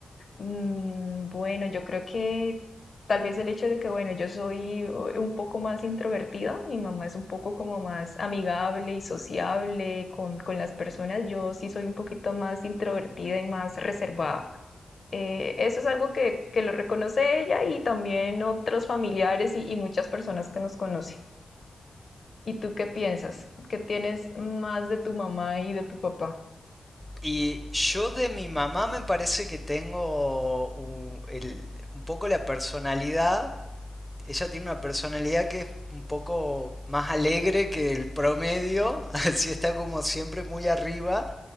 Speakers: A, on the left; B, in the centre.
A: Mm, Bueno, yo creo que tal vez el hecho de que, bueno, yo soy eh, un poco más introvertida, mi mamá es un poco como más amigable y sociable con, con las personas, yo sí soy un poquito más introvertida y más reservada. Eh, eso es algo que, que lo reconoce ella y también otros familiares y, y muchas personas que nos conocen. ¿Y tú qué piensas? ¿Qué tienes más de tu mamá y de tu papá?
B: Y yo de mi mamá me parece que tengo un, el- un poco la personalidad. Ella tiene una personalidad que es un poco más alegre que el promedio, <laughs> así está como siempre muy arriba.